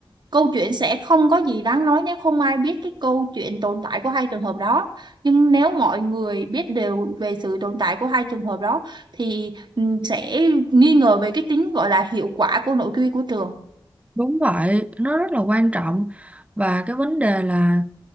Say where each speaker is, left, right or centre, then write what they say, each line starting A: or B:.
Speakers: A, on the right; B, on the right.
A: câu chuyện sẽ không có gì đáng nói nếu không ai biết cái câu chuyện tồn tại của hai trường hợp đó. Nhưng nếu mọi người biết đều về sự tồn tại của hai trường hợp đó thì ừ, sẽ nghi ngờ về cái tính gọi là hiệu quả của nội quy của trường.
B: đúng vậy nó rất là quan trọng và cái vấn đề là